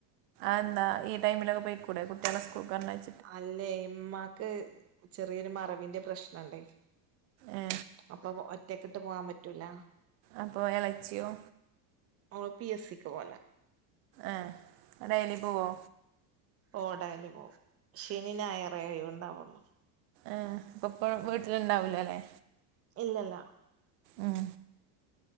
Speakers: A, on the right; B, on the right.
A: ആന്താ ഈ ടൈമിലൊകെ പൊയ്ക്കൂടേകുട്ട്യോളെ സ്കൂൾക്ക് പറ്ഞ്ഞയ്ച്ച്
B: അല്ലേ ഇമ്മാക്ക് ചെറിയൊരു മറവിന്റെ പ്രശ്നണ്ടയ്
A: ഏ
B: അപ്പൊ ഒറ്റക്കിട്ട് പോവാൻപറ്റൂല.
A: അപ്പൊഎളച്യോ?
B: ഓള് പി എ സിക്ക് പോവല്
A: ഏഹ് ഡയ്ലി പോവോ?
B: ഓഹ് ഡെയ്ലി പോവും. ശനിം നായറെ യ്‌വ് ണ്ടാവുള്ളൂ.
A: ആ അപ്പപ്പോഴും വീട്ടിലുണ്ടാവൂലാല്ലേ
B: ഇല്ലല്ല
A: ഉം